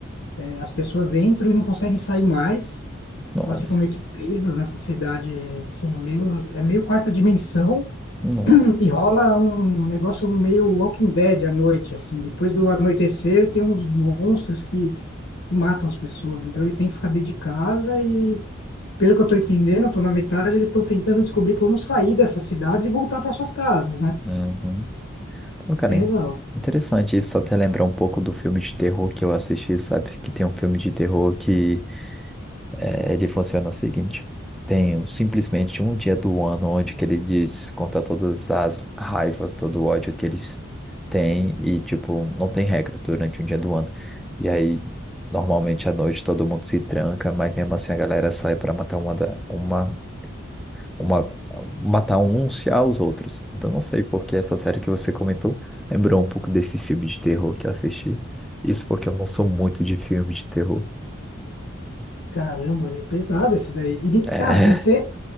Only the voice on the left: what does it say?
é, as pessoas entram e não conseguem sair mais.
Elas ficam meio que presas nessa cidade, assim, meio, é meio quarta dimensão.
E rola um negócio meio Walking Dead à noite, assim. Depois do anoitecer, tem uns monstros que que matam as pessoas. Então eles têm que ficar dentro de casa e, pelo que eu estou entendendo, eu estou na metade, eles estão tentando descobrir como sair dessas cidades e voltar para suas casas, né?
Bem
legal.
Caramba, é pesado esse daí. E me-
ah, você